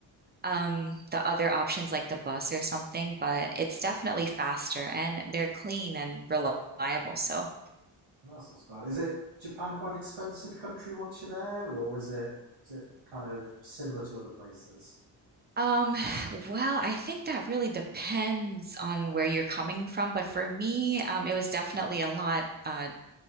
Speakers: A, on the right; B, on the right.
A: um the other options like the bus or something, but it's definitely faster and they're clean and reliable. So.
B: That's not so bad. Is it Japan quite an expensive country once you're there, or is it is it kind of similar to other places?
A: Um, well, I think that really depends on where you're coming from, but for me, um, it was definitely a lot uh